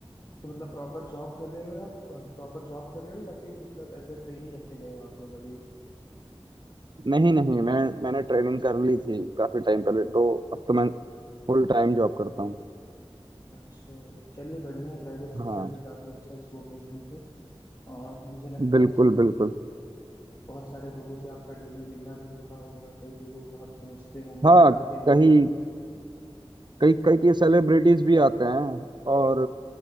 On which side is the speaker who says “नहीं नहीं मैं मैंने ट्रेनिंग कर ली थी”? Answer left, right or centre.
Right